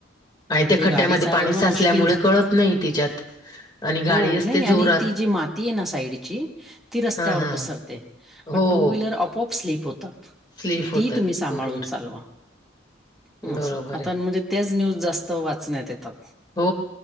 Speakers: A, on the left; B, in the centre.
A: आणि
B: म्हणजे
A: त्या खड्ड्यामध्ये
B: गाडी चालवणं
A: पाणी साचल्यामुळे
B: मुश्किल झ-
A: कळत नाही तिच्यात आणि गाडी
B: हो
A: असते
B: नाही आणि
A: जोरात
B: ती जी माती आहे ना साईडची ती रस्त्यावर
A: हा हा.
B: पसरते
A: हो
B: मग
A: हो
B: टू व्हीलर अपप स्लीप होतात.
A: स्लीप
B: किती
A: होतात
B: तुम्ही सांभाळून
A: बरोबर
B: चालवा. ं
A: बरोबर
B: आता
A: आहे
B: म्हणजे तेच न्यूज जास्त वाचण्यात येतात
A: हो